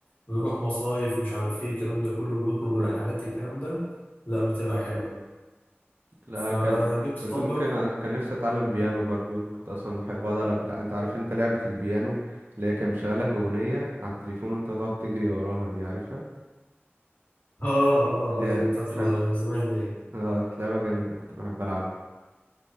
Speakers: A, on the left; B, on the right.
A: بنروح مصايف مش عارف إيه الكلام ده كله بنخرج
B: <laughs>
A: رحلات
B: <laughs>
A: الكلام ده لا بتبقى حلوة يعني
B: لا
A: فجبت
B: كان كنت
A: طبلة
B: ممكن أ- كان نفسي اتعلم بيانو برضو كنت اصلا بحب اقعد على بلا... انت عارف انت لعبة البيانو اللي هي كان مشغلك اغنية على التليفون وانت تقعد تجري وراها دي عارفها
A: آه آه
B: اللي هي
A: أيوة بتاعت
B: مش عارف
A: زمان دي يعني.
B: اه كانت لعبة جامدة كنت بحب العبها